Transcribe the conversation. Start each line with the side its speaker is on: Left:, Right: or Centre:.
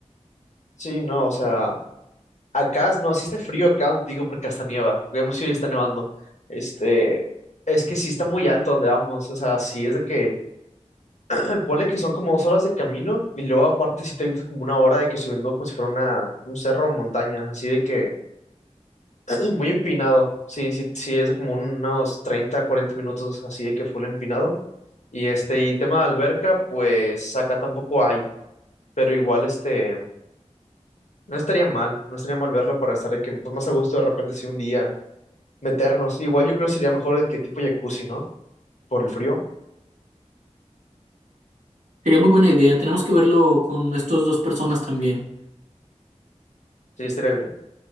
Left: Sí, no, o sea, Acá, no, sí está frío acá contigo porque hasta nieva. Vemos si hoy está nevando. Este, es que sí está muy alto donde vamos. O sea, sí es de que, <clears throat> ponle que son como dos horas de camino y luego aparte sí te avientas como una hora de que subiendo como si fuera una, un cerro o montaña, así de que <clears throat> muy empinado. Sí, sí, sí, es de como unos 30, 40 minutos así de que full empinado. Y este, y tema de alberca, pues acá tampoco hay, pero igual este, no estaría mal, no estaría mal verla para estar de que pues, más a gusto de repente si un día meternos. Igual yo creo que sería mejor que tipo jacuzzi, ¿no? Por el frío.
Right: Sería muy buena idea. Tenemos que verlo con estas dos personas también.
Left: Sí, estaría bien.